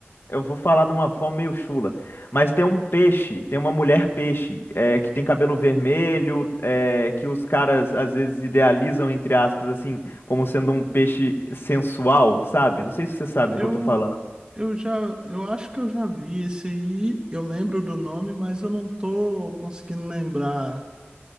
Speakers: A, on the left; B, on the right.
A: eu vou falar de uma forma meio chula. Mas tem um peixe, tem uma mulher peixe, é, que tem cabelo vermelho, é, que os caras às vezes idealizam, entre aspas, assim, como sendo um peixe sensual, sabe? Não sei se você sabe
B: Eu,
A: do que eu tô falando.
B: eu já. Eu acho que eu já vi esse aí. Eu lembro do nome, mas eu não tô conseguindo lembrar.